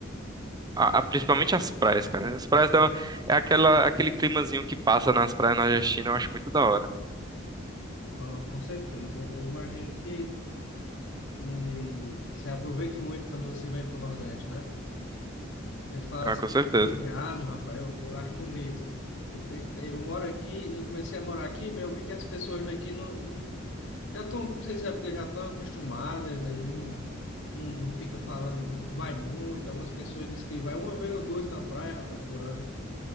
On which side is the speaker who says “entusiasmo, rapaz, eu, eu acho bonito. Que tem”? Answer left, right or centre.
Left